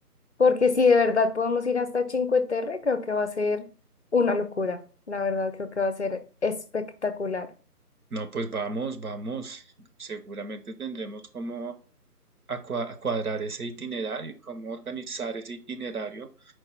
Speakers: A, on the left; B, on the right.
A: porque si de verdad podemos ir hasta Cinque Terre, creo que va a ser una locura. La verdad, creo que va a ser espectacular.
B: No, pues vamos, vamos. Seguramente tendremos como a, cua- a cuadrar ese itinerario y cómo organizar ese itinerario